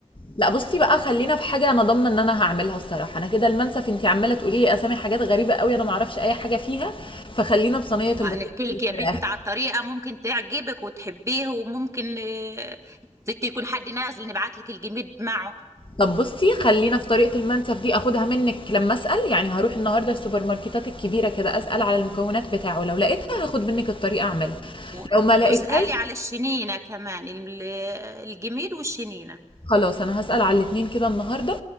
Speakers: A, on the left; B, on the right.
A: لا بصي بقى خلينا في حاجة انا ضامنة ان انا هعملها الصراحة انا كده المنسف انتي عمالة تقولي لي اسامي حاجات غريبة قوي انا معرفش اي حاجة فيها فخلينا بصينية
B: ما
A: البطاطس
B: نحكي لك
A: بالفراخ
B: يا بنت على الطريقة ممكن تعجبك وتحبيه وممكن آه، زيت يكون حد نازل نبعت لك الجميد معه
A: طب بصي خلينا في طريقة المنسف دي اخدها منك لما اسأل يعني هروح النهاردة السوبر ماركتات الكبيرة كده اسأل على المكونات بتاعه لو لقيتها هاخد منك الطريقة اعملها
B: و-
A: لو ما لقيتهاش
B: واسألي على الشنينة كمان ال- الجميد والشنينة
A: خلاص انا هسأل على الاتنين كده النهارده